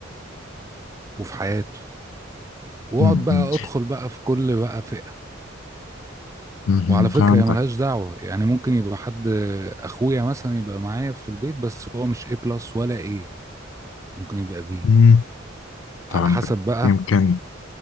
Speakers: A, on the right; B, on the left.
A: وفي حياته واقعد
B: مم.
A: بقى ادخل بقى في كل بقى فئة
B: مم.
A: وعلى فكرة
B: فهمتك
A: هي ملهاش دعوة يعني ممكن يبقى حد اخويا مثلا يبقى معايا في البيت بس هو مش ايه بلس ولا ايه ممكن يبقى بي
B: مم.
A: على
B: فهمتك
A: حسب بقى
B: يمكن